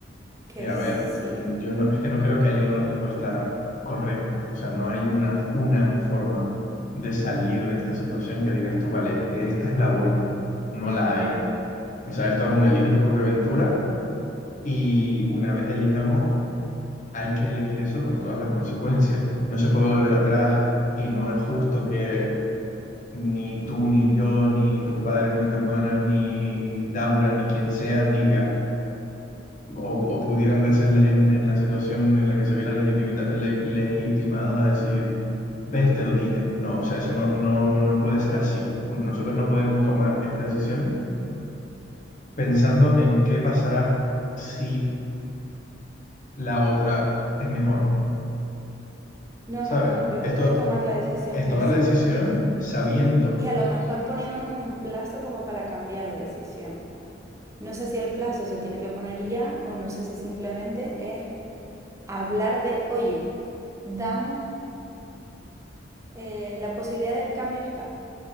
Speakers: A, on the right; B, on the left.
A: que
B: Y a
A: sí.
B: ver, yo no, es que no creo que haya una respuesta correcta. O sea, no hay una, una forma de salir de esta situación que digas tú, vale, es que esta es la buena. No la hay. O sea, esto es un elige tu propia aventura y una vez elijamos, hay que elegir eso con todas las consecuencias. No se puede volver atrás y no es justo que ni tú, ni yo, ni tus padres, ni tus hermanas, ni Daura, ni quien sea diga o, o pudieran verse en, la en- en la situación en la que se vieran legitimita- le- legitimados a decir, ves, te lo dije. No, o sea, eso no, no, no puede ser así. Un- Nosotros no podemos tomar esta decisión pensando en qué pasará si la otra es mejor.
A: No,
B: ¿Sabes?
A: no, no. Yo
B: Esto
A: creo que es tomar la decisión
B: es
A: que
B: tomar
A: sea
B: la decisión sabiendo,
A: y a lo mejor poniéndonos un plazo como para cambiar de decisión. No sé si el plazo se tiene que poner ya o no sé si simplemente es hablar de, oye, damos, eh, la posibilidad del cambio está.